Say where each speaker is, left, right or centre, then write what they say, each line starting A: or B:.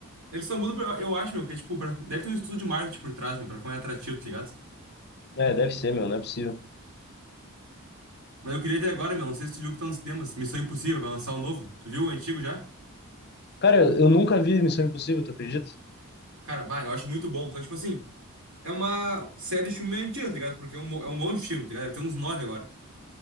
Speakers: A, on the right (about 65°); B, on the left (about 50°).
A: Eles só mudam, pra, eu acho, meu, que é tipo, pra- deve ter um estudo de marketing por trás, meu, pra ficar mais atrativo, tá ligado?
B: É, deve ser, meu, não é possível.
A: Mas eu queria ver agora, meu, não sei se tu viu que tá nos cinemas, Missão Impossível, vai lançar o novo. Tu viu o antigo já?
B: Cara, eu, eu nunca vi Missão Impossível, tu acredita?
A: Cara, bah, eu acho muito bom. Só que, tipo assim, é uma série de filme meio antiga, tá ligado? Porque é um, mo- é um monte de filme, tá ligado? Deve ter uns nove agora.